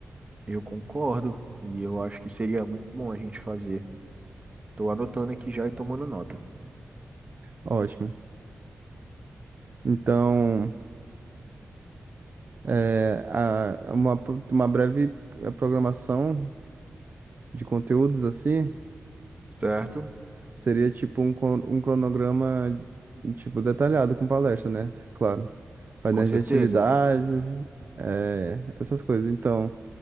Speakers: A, on the right; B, on the right.
A: Eu concordo. E eu acho que seria muito bom a gente fazer. Tô anotando aqui já e tomando nota.
B: Ótimo. Então, é, a- uma, uma breve eh, programação de conteúdos assim.
A: Certo?
B: Seria tipo um, con- um cronograma tipo detalhado com palestra, né? Claro. Painéis
A: Com certeza?
B: de atividades, é, essas coisas. Então,